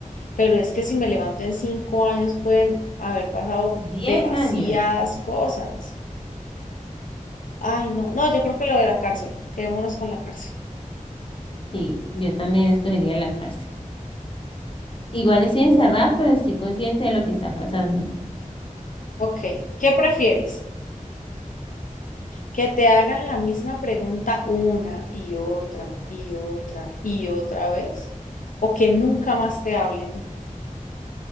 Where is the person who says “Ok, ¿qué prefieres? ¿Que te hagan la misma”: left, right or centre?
Left